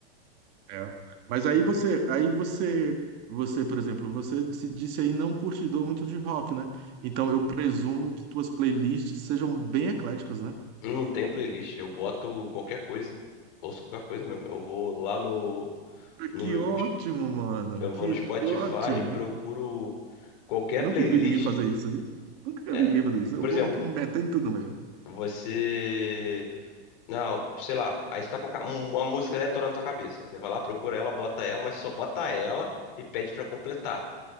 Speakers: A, on the right (about 35°); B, on the left (about 50°).
A: É. Mas aí você, aí você, você, por exemplo, você se disse aí não curtidor muito de rock, né? Então eu presumo que tuas playlists sejam bem ecléticas, né?
B: Não tem playlist, eu boto qualquer coisa. Ouço qualquer coisa mesmo. Eu vou lá no, no
A: Que ótimo, mano.
B: eu
A: Que
B: vou no Spotify,
A: ótimo. Nu-
B: procuro qualquer
A: Nunca
B: playlist.
A: vi ninguém fazer isso, viu? Nunca vi
B: É,
A: ninguém fazer isso. Eu
B: por
A: vou
B: exemplo,
A: metendo tudo no meio.
B: você não, sei lá, aí você tá com a ca- uma música aleatória na tua cabeça. Aí você vai lá, procura ela, bota ela, mas só bota ela e pede pra completar.